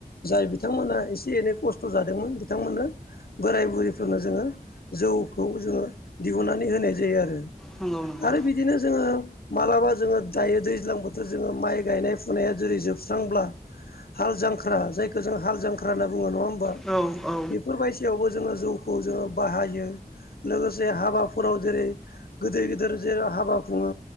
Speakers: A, on the left (about 85°); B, in the centre.
A: जाय बिथांमोनहा एसे एनै खस्थ' जादोंमोन बिथांमोननो बोराय बुरैफोरनो जोङो जौखौ जोङो दिहुननानै होनाय जायो आरो
B: नंगौ नंगौ
A: आरो बिदिनो जोङो मालाबा जोङो दायो दैज्लां बोथोर जोङो माइ गायनाय फुनाया जोबस्रांब्ला हाल जांख्रा जायखौ जों हाल जांख्रा होनना बुङो नङा होमबा
B: औ औ
A: बेफोरबायदियावबो जोङो जौखौ जोङो बाहायो लोगोसे हाबाफोराव जेरै गोदै गेदेर जेराव हाबा बुङो